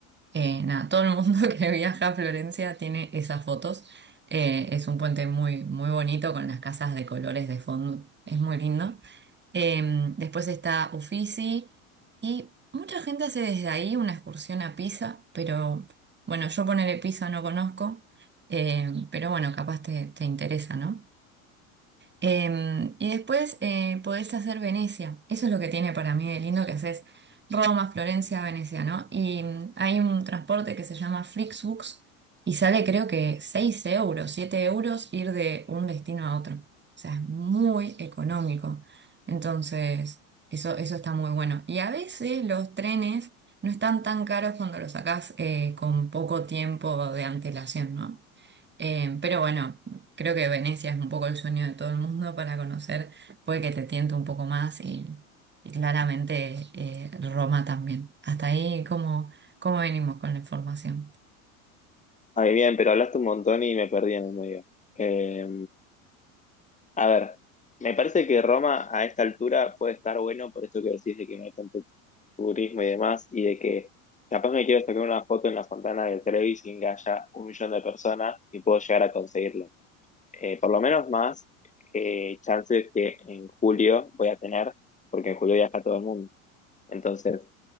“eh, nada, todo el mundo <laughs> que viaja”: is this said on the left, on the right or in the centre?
Right